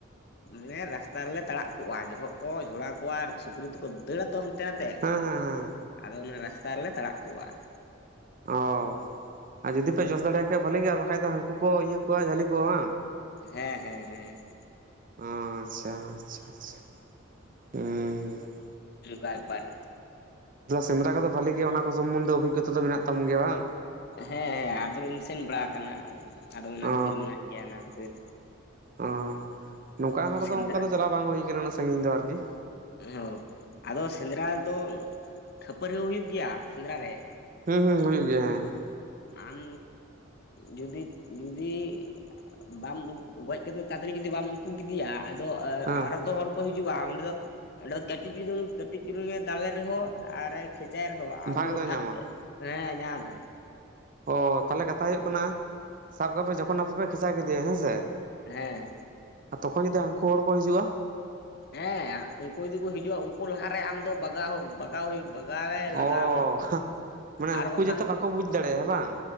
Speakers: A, on the left; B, on the right.
A: ᱢᱟᱱᱮ ᱨᱟᱥᱛᱟ ᱨᱮᱞᱮ ᱛᱟᱲᱟᱜ ᱠᱚᱜᱼᱟ ᱡᱚᱠᱷᱚᱱ ᱠᱚ ᱡᱷᱚᱲᱟ ᱠᱚᱣᱟ ᱥᱩᱠᱨᱤ ᱛᱮᱠᱚ ᱫᱟᱹᱟᱹᱲᱟ ᱛᱚ ᱦᱟᱱᱛᱮ ᱱᱟᱛᱮ
B: ᱦᱮᱸ ᱦᱮᱸ ᱦᱮᱸ
A: ᱾ ᱟᱫᱚ ᱚᱱᱟ ᱨᱟᱥᱛᱟ ᱨᱮᱞᱮ ᱛᱟᱲᱟᱜ ᱠᱚᱜᱼᱟ ᱾
B: ᱚ ᱟᱨ ᱡᱩᱫᱤ ᱯᱮ ᱡᱚᱥ ᱫᱟᱲᱮᱭ ᱠᱷᱟᱡ ᱵᱷᱟᱹᱞᱤ ᱜᱮ ᱟᱨ ᱵᱟᱠᱷᱟᱡ ᱫᱚ ᱦᱟᱹᱱᱠᱩ ᱠᱚ ᱤᱭᱟᱹ ᱠᱚᱣᱟ ᱡᱟᱹᱞᱤ ᱠᱚᱣᱟ ᱵᱟᱝ?
A: ᱦᱮᱸ ᱦᱮᱸ ᱦᱮᱸ ᱾
B: ᱟᱪᱪᱷᱟ ᱟᱪᱪᱷᱟ ᱟᱪᱪᱷᱟ ᱦᱩᱸ ᱾
A: <inaudible>
B: ᱥᱮᱸᱫᱨᱟ ᱠᱚᱫᱚ ᱵᱷᱟᱞᱤ ᱜᱮ ᱚᱱᱟ ᱠᱚ ᱥᱚᱢᱚᱱᱫᱷᱮ ᱚᱵᱷᱤᱜᱚᱛᱟ ᱢᱮᱱᱟᱜ ᱛᱟᱢ ᱜᱮᱭᱟ ᱵᱟᱝ?
A: ᱦᱮᱸ ᱦᱮᱸ ᱟᱫᱚ ᱞᱤᱧ ᱥᱮᱱ ᱵᱟᱲᱟ ᱟᱠᱟᱱᱟ ᱟᱫᱚ ᱚᱱᱟ
B: ᱚ
A: ᱠᱷᱟᱹᱛᱤᱨ ᱢᱮᱱᱟᱜ ᱜᱮᱭᱟ ᱚᱱᱟ ᱠᱷᱟᱹᱛᱤᱨ ᱾
B: ᱚ ᱱᱚᱝᱠᱟ ᱦᱚᱲ
A: ᱥᱮᱸᱫᱽᱨᱟ
B: ᱫᱚ ᱚᱱᱠᱟ ᱫᱚ ᱪᱟᱞᱟᱣ ᱵᱟᱝ ᱦᱩᱭ ᱟᱠᱟᱱᱟ ᱩᱱᱟᱜ ᱥᱟᱺᱜᱤᱧ ᱫᱚ ᱟᱨᱠᱤ ᱾
A: ᱩᱸ ᱦᱚ ᱟᱫᱚ ᱥᱮᱸᱫᱽᱨᱟ ᱫᱚ ᱠᱷᱟᱹᱯᱟᱹᱨᱤ ᱦᱩᱭᱩᱜ ᱜᱮᱭᱟ ᱥᱮᱸᱫᱽᱨᱟ ᱨᱮ ᱾
B: ᱦᱩᱸ ᱦᱩᱸ ᱦᱩᱭᱩᱜ ᱜᱮᱭᱟ ᱦᱮᱸ ᱾
A: ᱟᱢ ᱡᱩᱫᱤ ᱡᱩᱫᱤ ᱵᱟᱢ ᱜᱚᱡ ᱠᱟᱛᱮᱫ ᱛᱟᱛᱟᱲᱤ ᱡᱩᱫᱤ ᱵᱟᱢ ᱩᱠᱩ ᱠᱮᱫᱮᱭᱟ ᱟᱫᱚ
B: ᱦᱮᱸ
A: ᱟᱨᱦᱚᱛᱚ ᱦᱚ ᱠᱚ ᱦᱤᱡᱩᱜ-ᱟ ᱚᱸᱰᱮ ᱚᱸᱰᱮ ᱫᱚ ᱠᱟᱹᱴᱤᱡ ᱪᱩᱞᱩᱝ ᱠᱟᱹᱴᱤᱡ ᱪᱩᱞᱩᱝ ᱮ ᱫᱟᱞᱮ ᱨᱮᱦᱚᱸ ᱟᱨ ᱠᱷᱮᱪᱟᱭ ᱮ ᱨᱮᱦᱚᱸ᱾ ᱟ
B: ᱵᱷᱟᱜᱽ
A: ᱩᱱᱤ ᱫᱚ
B: ᱫᱚᱭ
A: ᱵᱷᱟᱜ
B: ᱧᱟᱢᱟ
A: ᱦᱮᱸ ᱧᱟᱢ ᱟᱭ ᱾
B: ᱚ ᱛᱟᱞᱦᱮ ᱠᱟᱛᱷᱟ ᱦᱳᱭᱳᱜ ᱠᱟᱱᱟ ᱥᱟᱵ ᱠᱟᱜᱯᱮ ᱡᱚᱠᱷᱚᱱ ᱟᱯᱮ ᱯᱮ ᱠᱷᱮᱪᱟ ᱠᱮᱫᱮᱭᱟ ᱦᱮᱸᱥᱮ ᱾
A: ᱦᱮᱸ ᱾
B: ᱟᱨ ᱛᱚᱠᱷᱚᱡ ᱡᱩᱫᱤ ᱟᱝᱠᱩ ᱦᱚᱲ ᱠᱚ ᱦᱤᱡᱩᱜ-ᱟ?
A: ᱦᱮᱸ ᱩᱱᱠᱩ ᱡᱩᱫᱤ ᱠᱚ ᱦᱤᱡᱩᱜ-ᱟ ᱩᱱᱠᱩ ᱞᱟᱦᱟᱨᱮ ᱟᱢ ᱫᱚ ᱵᱟᱜᱟᱣ ᱵᱟᱜᱟ ᱞᱟᱜᱟᱣ ᱦᱩᱭᱩᱜ ᱵᱟᱜᱟᱣ ᱮ
B: ᱚ
A: ᱞᱟᱜᱟᱣ ᱟᱢᱟ
B: ᱢᱟᱱᱮ
A: ᱟᱨ
B: ᱩᱱᱠᱩ
A: ᱵᱟᱠᱷᱟᱱ
B: ᱡᱟᱛᱮ ᱵᱟᱠᱚ ᱵᱩᱡᱽ ᱫᱟᱲᱮᱭᱟᱜᱼᱟ ᱦᱮᱸ ᱵᱟᱝ